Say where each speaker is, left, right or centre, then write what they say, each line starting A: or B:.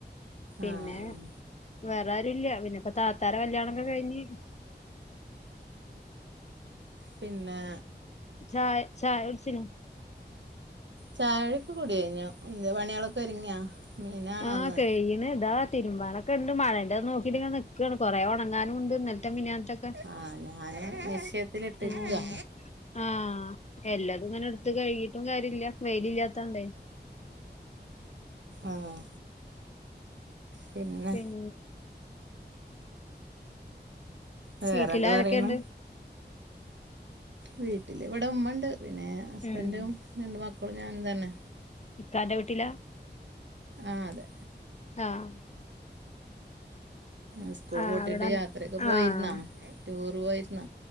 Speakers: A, on the left; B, on the right.
A: പിന്നെ
B: ആഹ്
A: വേറാ രൂല്ല്യ പിന്നെ ഇപ്പ താത്താരെ കല്യാണക്കെ കയിഞ്ഞ്.
B: പിന്നെ.
A: ചായ, ചായ കുടിച്ചിനി.
B: ചായൊക്കെ കൂടി കയിഞ്ഞു ഇന്റെ പണികളൊക്കെ ഒരുങ്ങിയാ. മീനാണോ
A: ആ
B: ഇന്ന്
A: കയിയണ് ദാ തിരുമ്പാനൊക്കെണ്ട് മഴയണ്ട് നോക്കിയിട്ടിങ്ങനെ നിക്കാണ് കൊറെ ഒണങ്ങാനുണ്ട് ഇന്നലെ ഇന്നലത്തെ മെനിയാന്നതൊക്കെ
B: ആഹ് ഞാന് നിശ്ചയത്തിലിട്ടിരിക്കാ
A: ആ. ആ എല്ലതും ഇങ്ങനെടുത്ത് കഴുകിട്ടും കാര്യല്ല വെയിലില്ലാത്തോണ്ടെ.
B: ആഹ്. പിന്നെ
A: പിൻ
B: വേറെന്ത്
A: വീട്ടില് ആരൊക്കെയുണ്ട്
B: പറയണ്. വീട്ടിലിവിടെ ഉമ്മണ്ട് പിന്നെ ഹസ്ബന്റും
A: ഉം
B: രണ്ട് മക്കളും ഞാനും തന്നെ.
A: ഇക്കാൻ്റെ വീട്ടിലാ?
B: ആഹ് അതെ.
A: ആഹ്.
B: ഇസ്കൂൾ
A: ആഹ്
B: പൂട്ടിട്ട്
A: അവിടെ
B: യാത്രൊക്കെ പോയിരുന്ന
A: ആഹ്
B: ടൂറ് പോയിരുന്ന?